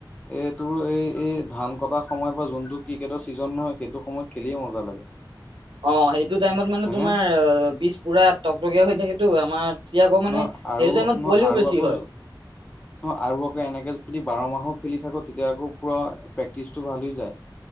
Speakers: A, on the left; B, on the right.
A: এ তোৰ এই এই ধান কটাৰ সময়ৰ পৰা যোনটো ক্ৰিকেটৰ ছিজন নহয় সেইটো সময়ত খেলিয়ে মজা লাগে।
B: অঁ সেইটো টাইমত মানে
A: হয়নে
B: তোমাৰ পিছ পুৰা টকটকীয়া হৈ থাকেতো, আমাৰ তেতিয়া আকৌ মানে
A: নহ, আৰু
B: সেইটো টাইমত
A: ন,
B: পোৱালিও
A: আৰু
B: বেছি
A: আকৌ
B: হয়
A: য, ন আৰু আকৌ এনেকে যদি বাৰ মাহো খেলি থাকোঁ, তেতিয়া আকৌ পুৰা প্ৰেক্টিচটো ভাল হৈ যায়।